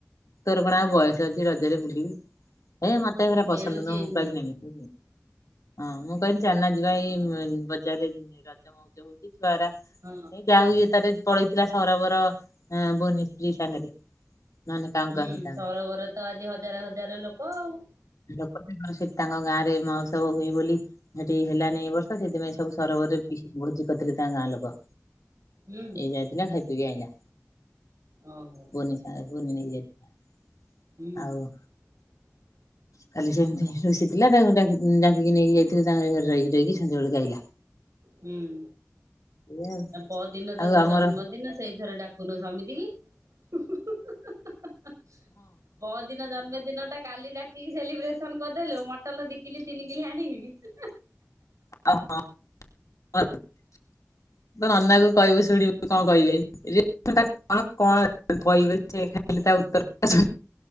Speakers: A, on the left (about 80°); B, on the right (about 75°).
A: ତୋର କଣ ଆଉ ବୟସ ଅଛି ରଜରେ ବୁଲିବି ହେ ମତେ ଏଗୁରା
B: ଖେଳୁଛି
A: ପସନ୍ଦ ନୁହଁ
B: ଏଇଗୁଣି
A: ମୁଁ କୁଆଡେ ନିମି। ହଁ ମୁଁ କହିଲି ଚାଲନା ଯିବା ଏଇ ବଜାରରେ ର ହଉଛିଵାରା <unintelligible>
B: ହଁ
A: ଏଇ ଯାହା ହୁଏ ତାରେ ପଳେଇଥିଲା ସରୋବର ବନି ସ୍ତ୍ରୀ ସାଙ୍ଗରେ। ନହେଲେ କାଉଁ
B: ହୁଁ
A: କାଉଁ ହେଇଥାନ୍ତା।
B: ସରୋବର ତ ଆଜି ହଜାର ହଜାର ଲୋକ ଆଉ।
A: ଲୋକ ତାଙ୍କର ସେଠ ତାଙ୍କ ଗାଁରେ ମୋହସ୍ଚବ ହୁଏ ବୋଲି ସେଠି ହେଲାନି ଏ ବର୍ଷ ସେଥିପାଇଁ ସବୁ ସରବରରେ ପି ଭୋଜି କରିଥିଲେ ତା ଗାଁ ଲୋକ।
B: ହୁଁ
A: ଏଇ ଯାଇଥିଲା ଖାଇ ପିକି ଆଇଲା
B: ଓହୋ
A: ସାଙ୍ଗ ପୁନ <unintelligible> ନେଇ ଯାଇଥିଲା
B: ହୁଁ
A: ଆଉ
B: <inaudible>
A: କାଲି ସେମିତି ରୁଷିଥିଲା ତାକୁ ଡାକିକି ନେଇକି ଯାଇଥିଲି ତାଙ୍କ ଘରେ ରହିକି ରହିକି ସଞ୍ଜ ବେଳକୁ ଆଇଲା
B: ହୁଁ
A: ଏଇଆ
B: ଆ ପରଦିନ
A: ଆଉ
B: ତ
A: ଆଉ
B: ତ
A: ଆମର
B: ଜନ୍ମଦିନ ସେଇଥିରେ ଡା କୁନ ସମିତି କି ହୁ ହୁ ହୁ ହୁ ପଦିନ ଜନ୍ମଦିନ ଟା କାଲି ଡାକିକି ସେଲିବ୍ରେସନ କରିଦେଲୁ ମଟନ ଦି କିଲି ତିନି କିଲି ଆଣିକି
A: ହ ତ ନନା କ କହିବୁ ଶୁଣିବୁ କଣ କହିବେ ରିଆ ଟା କଣ କଣ କହିବେ ସେ ଖାଇଲେ ତା ଉତ୍ତର